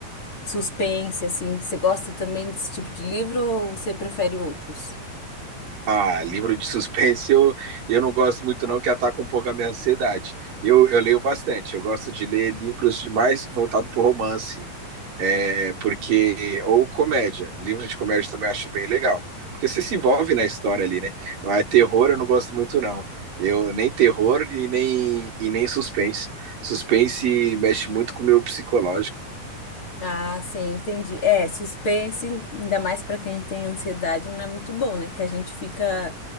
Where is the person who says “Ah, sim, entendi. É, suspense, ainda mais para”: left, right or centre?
Left